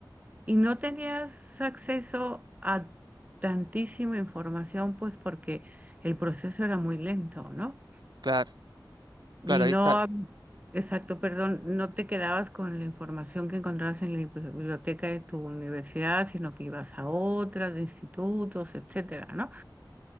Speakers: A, on the right (about 20°); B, on the right (about 65°).
A: y no tenías acceso a tantísima información pues porque el proceso era muy lento, ¿no?
B: claro,
A: Ni
B: claro, ahí
A: no,
B: está.
A: exacto, perdón, no te quedabas con la información que encontrabas en la bibli- biblioteca de tu universidad, sino que ibas a otras, de institutos, etcétera, ¿no?